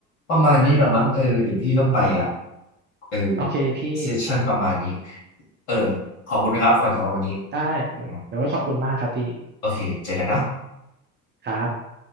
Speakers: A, on the left; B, on the right.
A: ประมาณนี้เหรอมั้งเออเดี๋ยวพี่ต้องไปละ
B: <laughs>
A: เออ
B: โอเคพี่
A: เซสชั่นประมาณนี้เออขอบคุณนะครับวันสำหรับวันนี้
B: ได้เออเดี๋ยวไว้ขอบคุณมากครับพี่
A: อ่าโอเคเจอกันเนาะ
B: ครับ